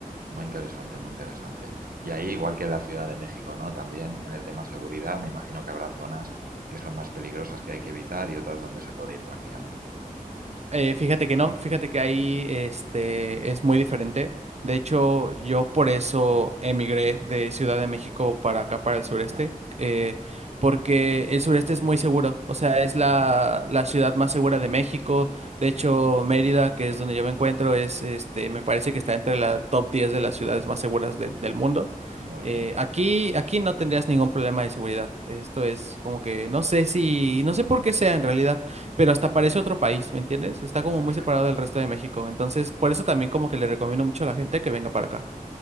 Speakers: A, on the right; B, on the right.
A: Muy interesante, muy interesante. Y ahí, igual que en la Ciudad de México, ¿no? También en el tema seguridad, me imagino que habrá zonas que son más peligrosas que hay que evitar y otras donde se puede ir tranquilamente.
B: Eh, fíjate que no, fíjate que ahí este, es muy diferente. De hecho, yo por eso emigré de Ciudad de México para acá, para el sureste,
A: Ah,
B: eh, porque el sureste es muy seguro, o sea, es la,
A: muy bien,
B: la ciudad más segura de México. De hecho, Mérida, que es donde yo me encuentro, es, este, me parece que está entre la top 10 de las ciudades más seguras del del mundo.
A: muy
B: Eh,
A: bien.
B: aquí, aquí no tendrías ningún problema de seguridad. Esto es como que no sé si, no sé por qué sea en realidad pero hasta parece otro país, ¿me entiendes? Está como
A: Perfecto,
B: muy separado del resto de México. Entonces, por eso también como que le recomiendo mucho a la gente que venga para acá.